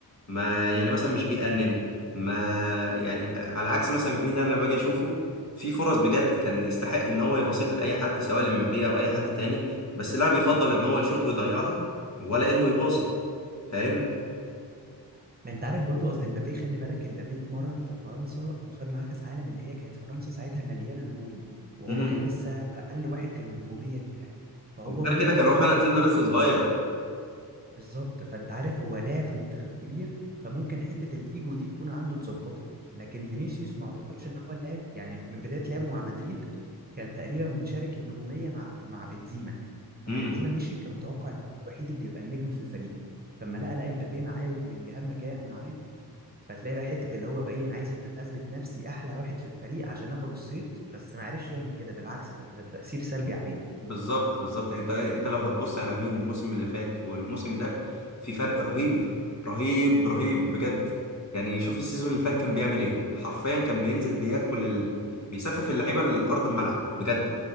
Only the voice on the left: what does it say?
ما يعني مثلا مش بيأنن ما يعني على عكس مثلا فينا لما باجي اشوفه في فرص بجد كان يستحق ان هو يباصيها لاي حد سواء لمبابي او اي حد تاني بس لا بيفضل ان هو يشوط ويضيعها ولا انه يباصي فاهم
امم
وغير
كده كان
هو فعلا
سنه
لسه صغير
امم
بالظبط بالظبط يعني انت ايه، انت لو هتبص على فين الموسم اللي فات والموسم ده في فرق رهيب رهيب رهيب بجد يعني شوف السيزون اللي فات كان بيعمل ايه حرفيا كان بينزل بياكل ال... بيسفف اللعيبه لارض الملعب بجد